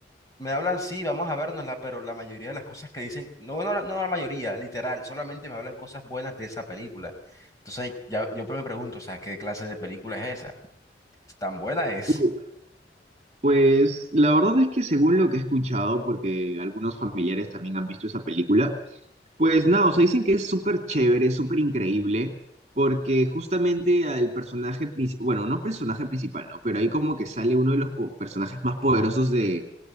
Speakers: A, on the left; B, on the right.
A: Me hablan, sí, vamos a vernosla, pero la mayoría de las cosas que dicen, no, no, la- no la mayoría, literal, solamente me hablan cosas buenas de esa película. Entonces, ya, yo me pregunto, o sea, ¿qué clase de película es esa? ¿Tan buena es?
B: Uy, Pues la verdad es que según lo que he escuchado, porque algunos familiares también han visto esa película, Pues nada, o sea, dicen que es súper chévere, súper increíble, porque justamente al personaje principal, bueno, no personaje principal, ¿no? Pero ahí como que sale uno de los po- personajes más poderosos de,